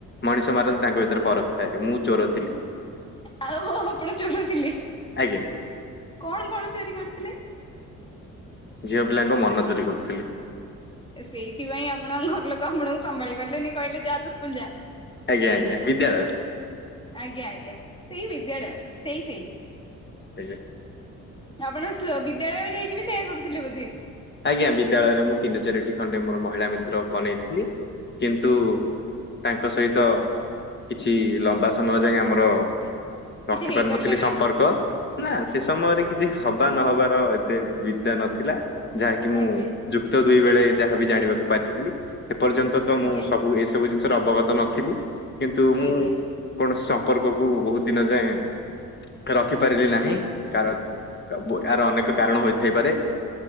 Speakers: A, on the left (about 35°); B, on the left (about 15°).
A: ମଣିଷ ମାରନ୍ତି ତାଙ୍କ ଭିତରେ ଫରକ ଥାଏ ମୁଁ ଚୋର ଥିଲି।
B: ଆଉ ହଁ ଆପଣ ଚୋର ଥିଲେ।
A: ଆଜ୍ଞା
B: କଣ କଣ ଚୋରି କରିଥିଲେ?
A: ଝିଅ ପିଲାଙ୍କ ମନ ଚୋରି କରୁଥିଲି ।
B: ଏ ସେଇଥିପାଇଁ ଆପଣଙ୍କ ଘର ଲୋକ ଆପଣଙ୍କୁ ସମ୍ଭାଳି ପାରିଲେନି କହିଲେ ଯା ତୁ ସ୍କୁଲ ଯା।
A: ଆଜ୍ଞା ଆଜ୍ଞା ବିଦ୍ୟାଳୟ ।
B: ଆଜ୍ଞା ଆଜ୍ଞା ସେଇ ବିଦ୍ୟାଳୟ ସେଇ ସେଇ ।
A: ହେଇଯାଉ।
B: ଆପଣ ସ ବିଦ୍ୟାଳୟ ଯାଇକି ବି ସେଇୟା କରୁଥିଲେ ବୋଧେ?
A: ଆଜ୍ଞା ବିଦ୍ୟାଳୟରେ ମୁଁ ତିନି ଚାରିଟି ଖଣ୍ଡେ ମୋର ମହିଳା ମିତ୍ର ବନେଇଥିଲି କିନ୍ତୁ। ତାଙ୍କ ସହିତ କିଛି ଲମ୍ବା ସମୟ ଯାଏଁ ଆମର ରଖି
B: କିଛି ହେଇପାରିଲା
A: ପାରିନଥିଲି
B: ନାହିଁ
A: ସମ୍ପର୍କ ନା ସେ ସମୟରେ କିଛି ହବା ନହବାର ଏତେ ବିଦ୍ୟା ନଥିଲା ଯାହାକି ମୁଁ
B: ଆଜ୍ଞା
A: ଯୁକ୍ତ ଦୁଇ ବେଳେ ଯାହାବି ଜାଣିବାକୁ ପାରିଥିଲି । ସେ ପର୍ଯ୍ୟନ୍ତ ତ
B: ଆଜ୍ଞା
A: ମୁଁ ସବୁ ଏସବୁ ଜିନିଷର ଅବଗତ ନଥିଲି କିନ୍ତୁ ମୁଁ
B: ଆଜ୍ଞା
A: କୌଣସି ସ ମ୍ପର୍କକୁ ବହୁତ ଦିନ ଯାଏଁ। ରଖିପାରିଲି ନାହିଁ କାର ଅ ବୁ ଏହାର ଅନେକ କାରଣ ହୋଇଥାଇପାରେ।